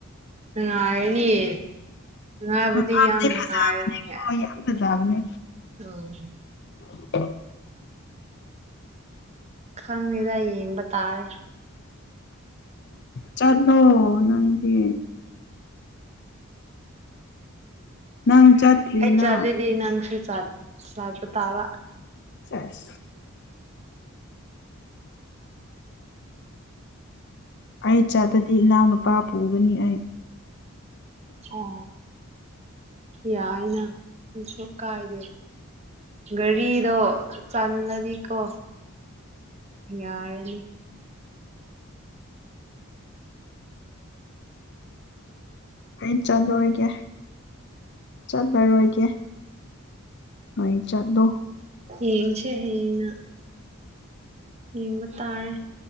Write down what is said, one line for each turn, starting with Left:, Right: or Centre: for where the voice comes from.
Right: ꯅꯨꯡꯉꯥꯏꯔꯅꯤ ꯅꯨꯡꯉꯥꯏꯕꯗꯤ
Left: ꯃꯐꯝꯗꯤ
Right: ꯌꯥꯝ ꯅꯨꯡꯉꯥꯏꯔꯅꯤ
Left: ꯐꯖꯕꯅꯦꯀꯣ ꯌꯥꯝ ꯐꯖꯕꯅꯦ
Right: ꯎꯝ
Left: <unintelligible>
Right: ꯈꯪꯗꯦꯗ ꯌꯦꯡꯕ ꯇꯥꯔꯦ
Left: ꯆꯠꯂꯣ ꯅꯪꯗꯤ ꯅꯪ ꯆꯠꯇ꯭ꯔꯤꯅ
Right: ꯑꯩ ꯆꯠꯂꯗꯤ ꯅꯪꯁꯨ ꯆꯠ ꯆꯠꯄꯇꯥꯕ
Left: ꯆꯠꯁ ꯑꯩ ꯆꯠꯂꯗꯤ ꯏꯅꯥꯎꯅꯨꯄꯥ ꯄꯨꯒꯅꯤ ꯑꯩ
Right: ꯑꯣ ꯌꯥꯏꯅ ꯀꯩꯁꯨ ꯀꯥꯏꯗꯦ ꯒꯥꯔꯤꯗꯣ ꯆꯥꯟꯂꯗꯤꯀꯣ ꯌꯥꯔꯅꯤ
Left: ꯑꯩ ꯆꯠꯂꯣꯏꯒꯦ ꯆꯠꯂꯔꯣꯏꯒꯦ ꯅꯪ ꯆꯠꯂꯣ
Right: ꯌꯦꯡꯁꯦ ꯍꯌꯦꯡꯅ ꯌꯦꯡꯕ ꯇꯥꯔꯦ